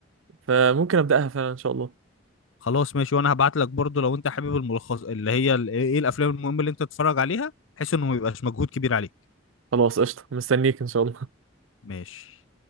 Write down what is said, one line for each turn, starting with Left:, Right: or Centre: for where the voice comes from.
Right: فممكن ابداها فعلا ان شاء الله
Left: خلاص ماشي وانا هبعت لك برضو لو انت حابب الملخص اللي هي ال- ايه إيه الافلام المهمه اللي انت تتفرج عليها بحيث انه ما يبقاش مجهود كبير عليك
Right: خلاص قشطه مستنيك ان شاء الله
Left: ماشي